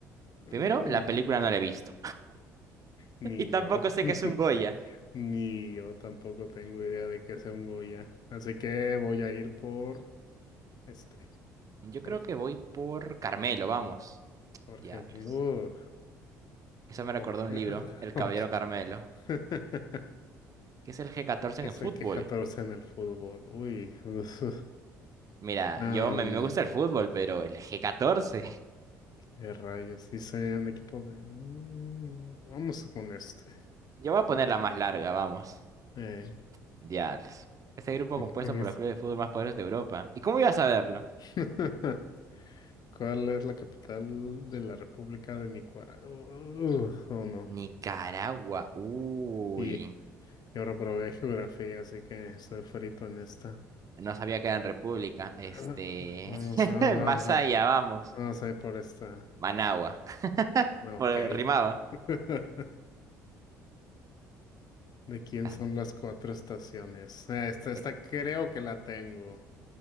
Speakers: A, on the left (about 50°); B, on the right (about 40°).
A: mm,
B: Primero, la película no la he visto.
A: ni
B: <laughs> Y tampoco
A: yo,
B: sé
A: <laughs>
B: que es un Goya.
A: ni yo tampoco tengo idea de qué sea un Goya. Así que voy a ir por este,
B: Yo creo
A: Jorge,
B: que voy por Carmelo, vamos.
A: Jorge,
B: Diablos.
A: sí, uh,
B: Eso me recordó
A: ok,
B: un libro,
A: <laughs>
B: El
A: ok.
B: Caballero Carmelo,
A: <laughs>
B: que es el G14
A: Ese
B: en el fútbol.
A: que 14 en el fútbol, uy, uf,
B: Mira,
A: am,
B: yo a mí me gusta el fútbol, pero el G14. <laughs>
A: qué rayos, dice el equipo de, mm, vamos con este,
B: Yo voy a poner la más larga, vamos.
A: eh,
B: Diablos. Este grupo
A: ¿qué
B: compuesto por
A: es?
B: los clubes de fútbol más poderosos de Europa. ¿Y cómo ibas a verlo?
A: <laughs> ¿Cuál es la capital de la República de Nicaragua? Uh, oh no.
B: Nicaragua. Uy.
A: Y yo reprobé geografía, así que estoy frito en esta.
B: No sabía que era en República.
A: <clears throat> <laughs>
B: Este.
A: Vamos,
B: <laughs>
A: vamos, vamos,
B: más allá, vamos.
A: vamos a ir por esta.
B: Managua. <laughs>
A: No,
B: Por-
A: Ok.
B: Rimaba.
A: <laughs> ¿De quién
B: Ah,
A: son las cuatro estaciones? Ah, Esta, esta
B: Eh,
A: creo que la tengo.